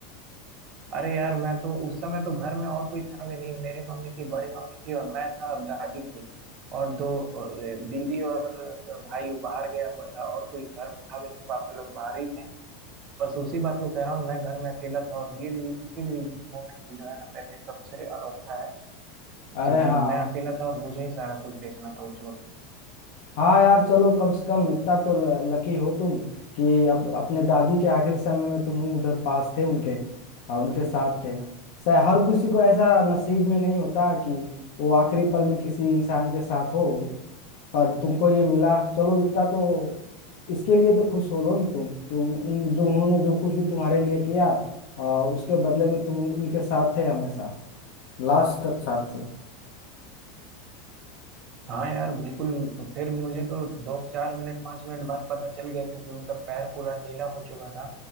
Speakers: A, on the right; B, on the left.
A: अरे यार मैं तो उस समय तो घर में और कोई था भी नहीं मेरी मम्मी थी बड़ी मम्मी थी और मैं था और दादी थी और दो अ, दीदी और जो भाई वो बाहर गया हुआ था और कोई घर में था भी नहीं पापा लोग बाहर ही थे बस उसी बात को कह रहा हूँ मैं घर में अकेला था और ये लिए इसीलिए ये मोमेंट जो है ना मेरे लिए सबसे अनोखा है
B: अरे
A: क्योंकि
B: हाँ
A: मैं अकेला था और मुझे ही सारा कुछ देखना था उस
B: हाँ यार चलो कम से कम इतना तो लकी हो तुम कि अप, अपने दादी के आखिरी समय में तुम उधर पास थे उनके और उनके साथ थे शायद हर किसी को ऐसा नसीब में नहीं होता कि वो आखिरी पल में किसी इंसान के साथ हो पर तुमको ये मिला चलो इतना तो इसके लिए तो खुश हो लो ना तुम कि उन, उन जो उन्होंने जो कुछ भी तुम्हारे लिए किया आ, उसके बदले में तुम उनके साथ थे हमेशा लास्ट तक साथ थे
A: हाँ यार बिल्कुल फिर मुझे तो दो चार मिनट पाँच मिनट बाद पता चल गया क्योंकि उनका पैर पूरा नीला हो चुका था